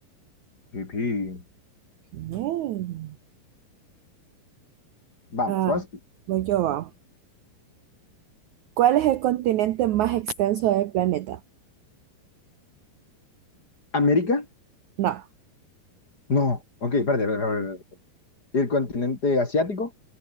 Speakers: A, on the left; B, on the right.
A: Sí, sí.
B: Bien.
A: Vamos,
B: Ah,
A: vas.
B: voy yo. va. ¿Cuál es el continente más extenso del planeta?
A: ¿América?
B: No.
A: No. Ok, espérate, espérate, espérate, espérate. ¿El continente asiático?